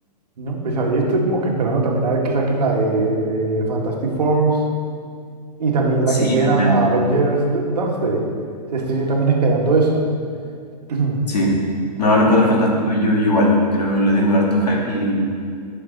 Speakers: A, on the right; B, on the left.
A: ¿no? Pues ahí estoy como que esperando también a ver que saquen la de eh, Fantastic Four y también
B: sí,
A: la que llena
B: también.
A: a Avengers D- Doomsday. Estoy también esperando eso. <clears throat>
B: Sí.
A: A
B: No,
A: ver, cómo-
B: Los Cuatro Fantásticos yo igual. Creo que le tengo harto hype y,